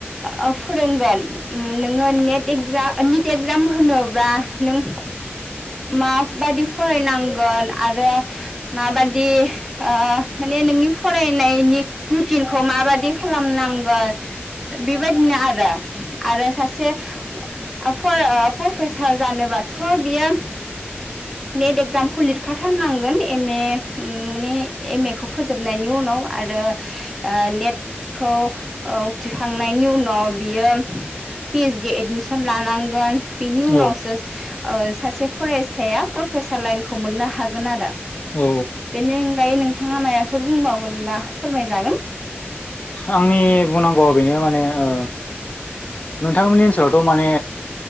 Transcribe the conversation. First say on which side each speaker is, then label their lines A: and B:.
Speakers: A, in the centre; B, on the left.
A: ओ फोरोंगोन नोङो नेट इग निट एक्जाम होनोब्ला नों माबायदि फरायनांगोन आरो माबादि आ माने नोंनि फरायनायनि रुटिनखौ माबायदि खालामनांगोन बेबायदिनो आरो आरो सासे आ प्रफेसार जानोबाथ' बियो नेट एक्जामखौ लिरखाथारनांगोन एम ए उम माने एम ए खौ फोजोबनायनि उनाव आरो नेट खौ उथ्रिखांनायनि उनाव बियो पि एइस डि एडमिसन लानांगोन बिनि उनावसो
B: औ
A: ओ सासे फरायसाया प्रफेसार लाइनखौ मोननो हागोन आरो
B: औ
A: बेनि अनगायै नोंथाङा मायाबाफोर बुंबावगोनबा फोरमायजागोन
B: आंनि बुंनांगौआ बेनो माने ओ नोंथांमोननि ओनसोलावथ' माने